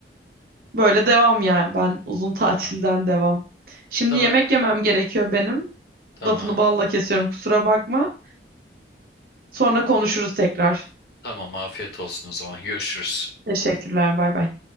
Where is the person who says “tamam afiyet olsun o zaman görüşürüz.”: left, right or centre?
Left